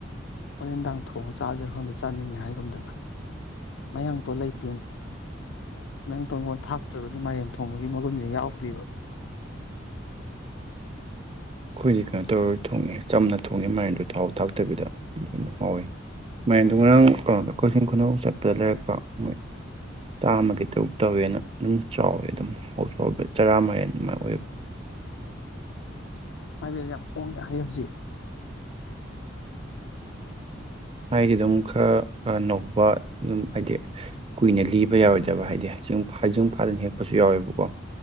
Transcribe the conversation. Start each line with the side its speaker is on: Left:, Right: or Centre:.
Left: ꯍꯣꯔꯦꯟꯗꯥꯡ ꯊꯣꯡꯉꯒ ꯆꯥꯁꯤꯔ ꯈꯪꯗꯦ ꯆꯥꯅꯤꯡꯉꯦ ꯍꯥꯏꯒꯨꯝꯗꯅ ꯃꯌꯥꯡꯇꯣ ꯂꯩꯇꯦ ꯃꯌꯥꯡꯇꯣꯟꯉꯣꯟ ꯊꯥꯛꯇ꯭ꯔꯒꯗꯤ ꯃꯔꯟ ꯊꯣꯡꯕꯒꯤ ꯃꯒꯨꯟꯁꯦ ꯌꯥꯎꯗ꯭ꯦꯕ
Right: ꯑꯩꯈꯣꯏꯗꯤ ꯀꯩꯅꯣ ꯇꯧꯔ ꯊꯣꯡꯉꯦ ꯆꯝꯅ ꯊꯣꯡꯉꯦ ꯃꯥꯏꯔꯦꯟꯗꯣ ꯊꯥꯎ ꯊꯥꯛꯇꯕꯤꯗ ꯑꯗꯨꯝ ꯍꯥꯎꯋꯦ ꯃꯥꯏꯔꯦꯟꯗꯣ ꯉꯔꯥꯡ ꯀꯩꯅꯣꯗ ꯀꯣꯏ ꯈꯨꯅꯧ ꯆꯠꯄꯗ ꯂꯩꯔꯛꯄ ꯃꯣꯏ ꯆꯥꯝꯃꯒꯤ ꯇꯔꯨꯛ ꯇꯧꯋꯦꯅ ꯑꯗꯨꯝ ꯆꯥꯎꯋꯦ ꯑꯗꯨꯝ ꯍꯧꯥꯎꯕ ꯆꯔꯥꯃꯔꯤꯦꯜ ꯑꯗꯨꯃꯥꯏ ꯑꯣꯏꯕ
Left: ꯍꯥꯏꯗꯤ ꯌꯥꯝ ꯍꯣꯡꯉꯦ ꯍꯥꯏ ꯍꯧꯖꯤꯛ
Right: ꯍꯥꯏꯗꯤ ꯑꯗꯨꯝ ꯈꯔ ꯅꯧꯕ ꯑꯗꯨꯝ ꯍꯥꯏꯗꯤ ꯀꯨꯏꯅ ꯂꯤꯕ ꯌꯥꯔꯣꯏꯗꯕ ꯍꯥꯏꯗꯤ ꯍꯤꯡ ꯍꯩꯖꯤꯡ ꯐꯥꯗꯅ ꯍꯦꯛꯄꯁꯨ ꯌꯥꯎꯋꯦꯕꯀꯣ